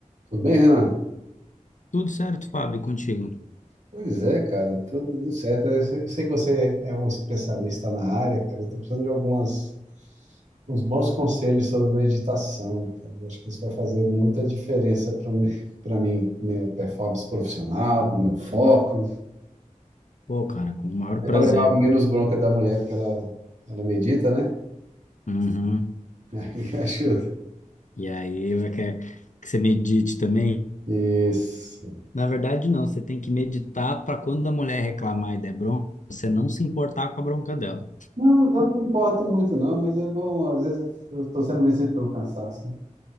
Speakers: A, on the right; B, on the left.
A: Tudo bem, Renan?
B: Tudo certo, Fábio, contigo?
A: Pois é, cara, tudo certo. Eu sei sei que você é um especialista na área, cara. Eu tô precisando de algumas, uns bons conselhos sobre meditação, cara. Eu acho que isso vai fazer muita diferença para mim, para mim, minha performance profissional, para o meu foco,
B: Pô, cara, com o maior
A: até
B: prazer.
A: para levar menos bronca da mulher, porque ela, ela medita, né?
B: Uhum.
A: Aí <laughs> ajuda.
B: E aí, eu quero que você medite também.
A: Isso.
B: Na verdade, não, você tem que meditar para quando a mulher reclamar e der bronca, você não se importar com a bronca dela.
A: Não, eu não me importo muito, não, mas é bom. Às vezes eu estou sendo vencido pelo cansaço. né?